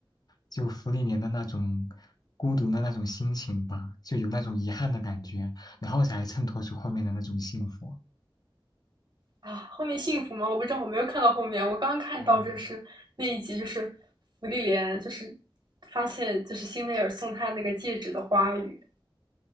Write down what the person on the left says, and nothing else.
就芙莉莲的那种孤独的那种心情吧，就有那种遗憾的感觉，然后才衬托出后面的那种幸福。
嗯，